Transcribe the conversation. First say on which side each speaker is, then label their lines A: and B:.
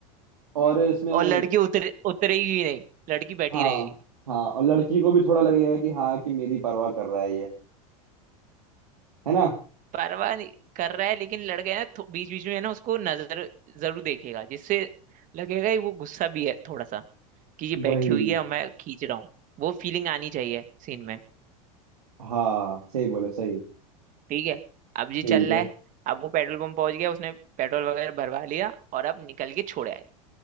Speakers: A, on the right; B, on the right.
A: और इसमें
B: और लड़की उतरे उतरेगी नहीं लड़की बैठी
A: हाँ
B: रहेगी
A: हाँ और लड़की को भी थोड़ा लगेगा कि हाँ कि मेरी परवाह कर रहा है ये है ना
B: परवाह नहीं कर रहा है लेकिन लड़का है ना बीच बीच में है ना उसको नजर जरूर देखेगा जिससे लगेगा कि वो गुस्सा भी है थोड़ा सा कि ये
A: वही
B: बैठी हुई है और मैं खींच रहा हूँ वो फीलिंग आनी चाहिए सीन में
A: हाँ सही बोले सही
B: ठीक है अब ये
A: ठीक
B: चल
A: है
B: रहा है अब वो पेट्रोल पंप पहुंच गया उसने पेट्रोल वगैरह भरवा लिया और अब निकल के छोड़ा है